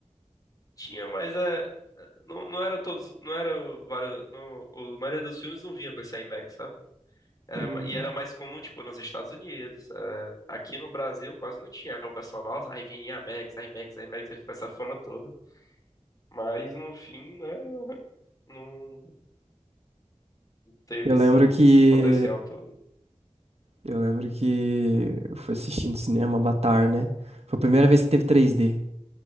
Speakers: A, on the left; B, on the right.
A: Tinha, mas é, não, não era todos, não era o- vários, não, o- a maioria dos filmes não vinha com esse IMAX, sabe? Era,
B: Hum.
A: ma- e era mais comum, tipo, nos Estados Unidos. é. aqui no Brasil quase não tinha. O pessoal, nossa, aí vinha IMAX, IMAX, IMAX, aí ficou essa fama toda. Mas no fim, né, não teve
B: Eu
A: esse,
B: lembro que.
A: esse potencial todo.
B: Eu lembro que eu fui assistindo cinema Avatar, né? Foi a primeira vez que teve 3D.